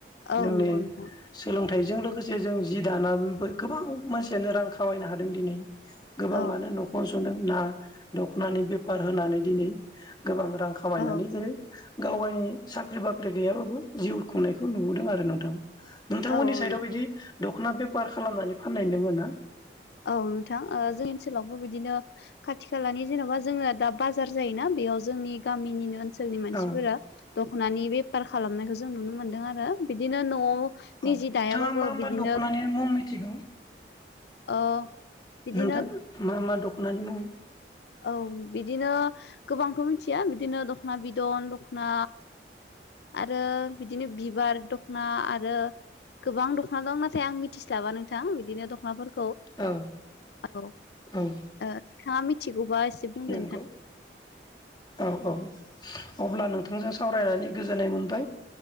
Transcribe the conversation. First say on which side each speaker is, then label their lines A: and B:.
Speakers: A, on the left; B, on the left.
A: औ
B: जोंनि
A: नंगौ नोंथां
B: सोलों थाइजों लोगोसे जों जि दानानै गोबां मानसियानो रां खामायनो हादों दिनै गोबांङानो
A: औ
B: न'खर संदों ना दख'नानि बेफार होनानै दिनै गोबां रां खामायनानै
A: औ
B: जेरै गाव गावनि साख्रि बाख्रि गैयाबाबो जिउ खुंनायखौ नुबोदों आरो नोंथां नोंथांमोननि
A: औ
B: साइदआव
A: नंगौ
B: बिदि दख'ना बेफार खालामनानै फाननाय दोंङोना
A: औ नोंथां जोंनि ओनसोलावबो बिदिनो खाथि खालानि जेन'बा जोंङो दा बाजार जायोना बेयाव जोंनि गामिनिनो ओनसोलनि मानसिफोरा
B: औ
A: दख'नानि बेफार खालामनायखौ जों नुनो मोनदों आरो बिदिनो न'आव निजि
B: औ नोंथांङा
A: दायाबाबो
B: मा
A: बिदिनो
B: मा दख'नानि मुं मिथिगौ
A: ओ बिदिनो
B: नोंथां मा मा दख'नानि मुं
A: औ बिदिनो गोबांथ' मिथिया बिदिनो दख'ना बिदन दख'ना आरो बिदिनो बिबार दख'ना आरो गोबां दख'ना दं नाथाय आं मिथिस्लाबा नोंथां बिदिनो दख'नाफोरखौ
B: औ
A: औ
B: औ
A: नोंथाङा नोंथां आं मिथिगौ बा एसे बुंदो
B: नंगौ औ औ अब्ला नोंथांजों सावरायनानै गोजोननाय मोनबाय